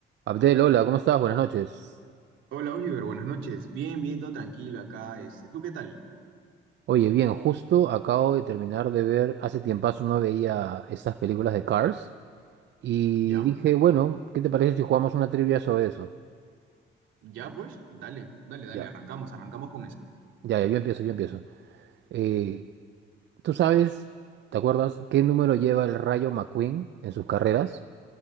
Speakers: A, on the right; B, on the right.
A: Abdel, hola, ¿cómo estás? Buenas noches.
B: Hola Oliver, buenas noches. Bien, bien, todo tranquilo acá. Este, ¿tú qué tal?
A: Oye, bien, justo acabo de terminar de ver, hace tiempazo no veía estas películas de Cars y
B: ¿Ya?
A: dije, bueno, ¿qué te parece si jugamos una trivia sobre eso?
B: ¿Ya pues? Dale, dale, dale,
A: Ya.
B: arrancamos, arrancamos con eso.
A: Ya, ya, yo empiezo, yo empiezo. Eh, ¿tú sabes, te acuerdas, qué número lleva el Rayo McQueen en sus carreras?